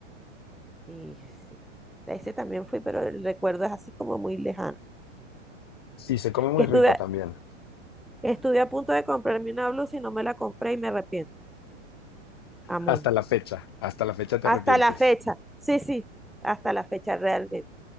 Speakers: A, in the centre; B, on the left (about 20°).
A: ese, A ese también fui, pero el recuerdo es así como muy lejano.
B: Sí, se come muy
A: Que estuve,
B: rico
A: a-
B: también.
A: estuve a punto de comprarme una blusa y no me la compré y me arrepiento. Amundo.
B: Hasta la fecha, hasta la fecha te
A: Hasta
B: arrepientes.
A: la fecha. Sí, sí, hasta la fecha realmente.